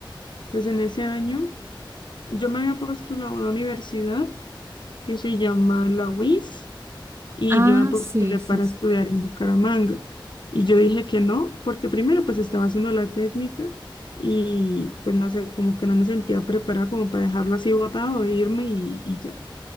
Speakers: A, on the left (about 60°); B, on the right (about 30°).
A: pues en ese año, yo me había postulado a una universidad que se llama la UIS, y
B: Ah,
A: yo me postulé
B: sí, eso
A: para
B: es.
A: estudiar en Bucaramanga. Y yo dije que no, porque primero pues estaba haciendo la técnica y pues no sé, como que no me sentía preparada como para dejarlo así botado e irme y y ya.